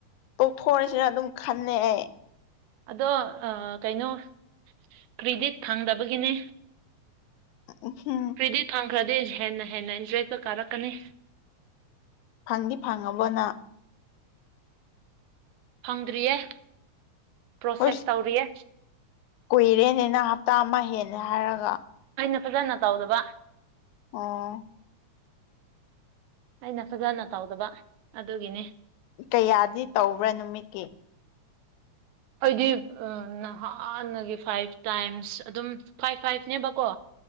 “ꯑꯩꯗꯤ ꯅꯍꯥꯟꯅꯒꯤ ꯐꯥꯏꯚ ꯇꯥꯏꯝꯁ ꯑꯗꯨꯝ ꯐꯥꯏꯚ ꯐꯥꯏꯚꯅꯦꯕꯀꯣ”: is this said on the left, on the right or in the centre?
Right